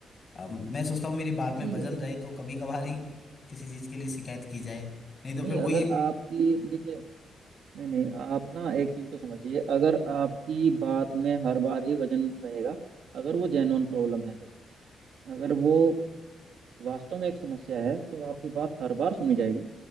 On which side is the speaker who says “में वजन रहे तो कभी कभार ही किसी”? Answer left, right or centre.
Left